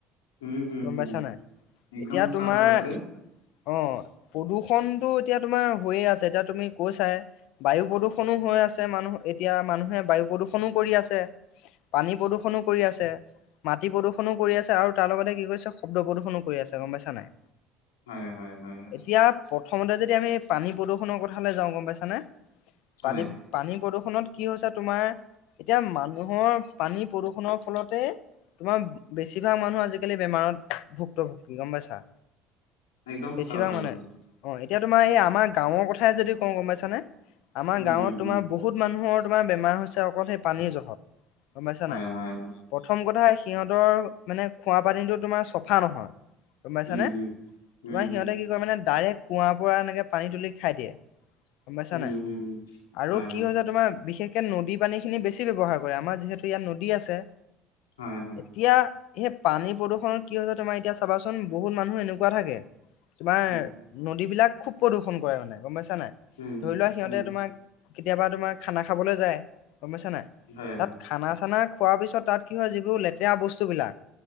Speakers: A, on the left; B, on the left.
A: উম হম
B: গম
A: হম
B: পাইছা নাই?
A: একদম
B: এতিয়া তোমাৰ
A: সঁচা কথা কৈছে।
B: অ, প্ৰদূষণতটো এতিয়া তোমাৰ হৈয়ে আছে, এতিয়া তুমি কৈছাহে। বায়ু প্ৰদূৰ্ষনো হৈ আছে, মানুহ এতিয়া মানুহে বায়ু প্ৰদূষণো কৰি আছে। পানী প্ৰদূষণো কৰি আছে, মাটি প্ৰদূষণ কৰি আছে আৰু তাৰ লগতে কি কৰিছে শব্দ প্ৰদূষণো কৰি আছে গম পাইছা নাই।
A: হয়-হয়-হয়-হয়।
B: এতিয়া প্ৰথমতে যদি আমি পানী প্ৰদূষণৰ কথালে যাওঁ, গম পাইছানে?
A: হয়।
B: পানী পানী প্ৰদূষণত কি হৈছে তোমাৰ এতিয়া মানুহৰ পানী প্ৰদূষনৰ ফলতে তোমাৰ বেছিভাগ মানুহ আজিকালি বেমাৰত ভুক্তভুগী। গম পাইছা?
A: একদম
B: বেছিভাগ
A: সঁচা কথা কৈছে।
B: মানে অ, এতিয়া তোমাৰ এই আমাৰ গাঁৱৰ কথাই যদি কওঁ, গম পাইছানে? আমাৰ
A: উম,
B: গাঁৱত
A: উম,
B: তোমাৰ
A: উম,
B: বহুত বহুত মানুহৰ তোমাৰ বেমাৰ হৈছে অকল সেই পানীৰ জহত গম পাইছা
A: হয়,
B: নাই
A: হয়, হয়,
B: প্ৰথম কথা সিহঁতৰ মানে খোৱা পানীটো তোমাৰ চফা নহয়। গম পাইছানে
A: উম, উম। উম,
B: তোমাৰ
A: উম,
B: সিহঁতে কি কয় মানে ডাইৰেক্ট কুঁৱাৰ পৰা এনেকে পানী তুলি খাই দিয়ে। গম পাইছা
A: উম,
B: নাই
A: উম, উম,
B: আৰু
A: হয়, হয়,
B: কি হৈছে তোমাৰ বিশেষ কে নদী পানী খিনি বেছি ব্যৱহাৰ কৰে আমাৰ যিহেতু ইয়াত নদী আছে।
A: হয়-হয়,
B: এতিয়া সেই পানীৰ প্ৰদূষণত কি হৈছে তোমাৰ এতিয়া চাবাচোন বহুত মানুহ এনেকুৱা থাকে, তোমাৰ
A: উম,
B: নদীবিলাক খুব প্ৰদূষণ কৰে মানে গম পাইছা নাই,
A: উম,
B: ধৰি লোৱা সিহঁতে
A: উম,
B: তোমাক কেতিয়াবা তোমাৰ খানা খাবলে যায় গম পাইছা নাই।
A: হয়-হয়।
B: তাত খানা চানা খোৱাৰ পিছত তাত কি হয়, যিবোৰ লেতেৰা বস্তুবিলাক